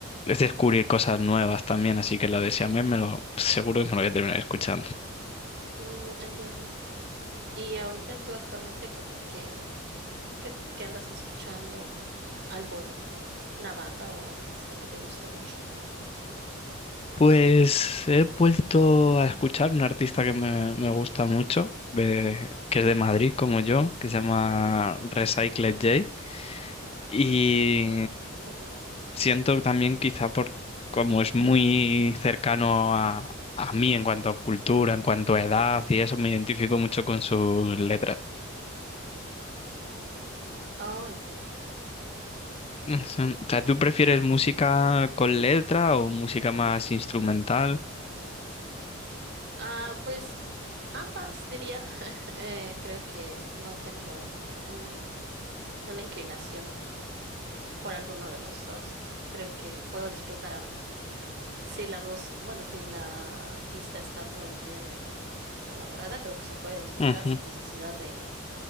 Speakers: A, on the left; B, on the right.
A: es descubrir cosas nuevas también, así que lo de Siamés me lo seguro que me lo voy a terminar escuchando.
B: Mm, entiendo. Y ahorita tú actualmente como que ¿Qué, qué andas escuchando? ¿O algún una banda o artista que te guste mucho?
A: Pues he vuelto a escuchar un artista que me, me gusta mucho, de- que es de Madrid como yo, que se llama Recycled J. Y
B: Ujú.
A: siento también quizá por como es muy cercano a, a mí en cuanto a cultura, en cuanto a edad y eso, me identifico mucho con sus letras.
B: Oh, entiendo.
A: No sé, O sea, ¿tú prefieres música con letra o música más instrumental?
B: Ah, pues ambas diría. <laughs> Eh, creo que no tengo mm, una inclinación eh, por alguno de los dos. Creo que puedo disfrutar ambos. Si la mus- bueno, si la pista está muy bien elaborada, creo que se puede disfrutar
A: Ujú,
B: sin necesidad de,